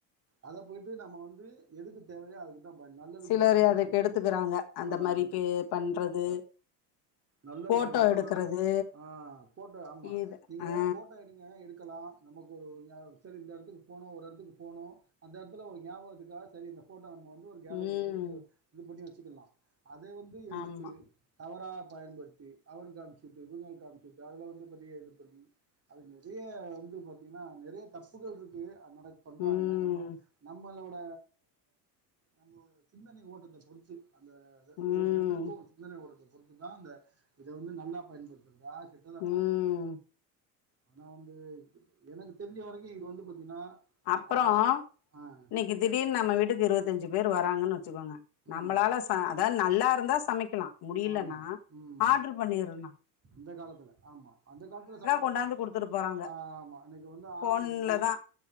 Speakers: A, on the right; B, on the left.
A: அத போய்ட்டு நம்ம வந்து எதுக்கு தேவையோ அதுக்கு தான் ப நல்லதுக்கு
B: சிலரு
A: மட்டும் தான்
B: அத
A: பயன்படுத்தணும்
B: கெடுத்துக்குறாங்க அந்த
A: ஆ,
B: மாரிக்கே பண்றது
A: நல்லதுக்கு
B: போட்டோ
A: மட்டு
B: எடுக்குறது
A: தா ஆ ஃபோட்டோ ஆமா
B: இது
A: நீங்க
B: ஆ
A: ஃபோட்டோ எடுங்க எடுக்கலா நமக்கு ஒரு இதுனா செரி இந்த எடத்துக்கு போனு ஒரு எடத்துக்கு போனு அந்த எடத்துல ஒரு ஞாபகத்துக்காக செரி இந்த ஃபோட்டோ நம்ம வந்து து ஒரு கேலரில
B: ம்
A: வந்து இது இது பண்ணி வச்சுக்கலா அத வந்து எடுத்து
B: ஆமா
A: தவறாக பயன்படுத் தி அவனுக்கு அணுப்சுட்டு இவுங்களுக்கு அனுப்சுட்டு அதுல வந்து பெரிய இது பண்ணி அது நெறைய வந்து பாத்தீங்னா நெறைய தப்புகள் இருக் கு அது நடக் பண்றாங்க
B: ம்
A: நம்ம நம்மளோட நம்மளோட சிந்தனை ஓட்டத்த பொறுத்து அந்த இது
B: ம்
A: ஒவ்வொரு மனிதனுக்கு சிந்தனை ஓட்டத்த பொறுத்துதா இந்த இத வந்து நல்லா பயன்படுத்துறதா கெட்டதா
B: ம்
A: பயன்படுத் ஆனா வந்து எனக்கு தெரிஞ்ச வரைக்கு இது வந்து பாத்தீங்னா
B: அப்புறோ
A: ஆ ம்
B: இன்னைக்கு திடீர்னு நம்ம வீட்டுக்கு இருவத்தஞ்சு பேரு வராங்கன் வச்சுக்கோங்க நம்மளால
A: ம்
B: ச அதா நல்லா இருந்தா சமைக்கலா முடியலனா
A: ஆமாம் ம்
B: ஆர்ட்ரு பண்ணிறனு
A: இந்த காலத்துல ஆமா அந்த காலத்துல சம
B: கொண்டாந்து குடுத்துட்டு போறாங்க
A: ஆமா அன்னைக்கு வந்து ஆன்லைன்லயு
B: போன்லதா